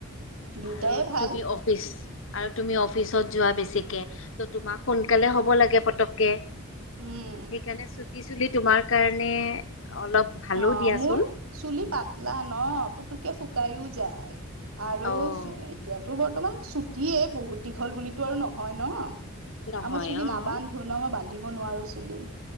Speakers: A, on the right; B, on the left.
A: দুইটাই
B: আৰু
A: ভাল
B: তুমি অফিচ আৰু তুমি অফিচত যোৱা বেছিকৈ ত', তোমাক সোনকালে হব লাগে। পতককে
A: উম',
B: সেইকাৰণে চুটি চুলি তোমাৰ কাৰণে অলপ ভালো
A: অ',
B: দিয়াচোন।
A: মোৰ চুলি পাতলা ন পুতুকে শুকাইও যায়। আৰু
B: অ',
A: এতিয়াতো বৰ্তমান ছুটিয়ে বহুত দীঘল বুলিতো আৰু নহয় ন আৰু
B: নহয়
A: মই চুলি
B: অ'।
A: নাবান্ধো ন মই বান্ধিব নোৱাৰো চুলি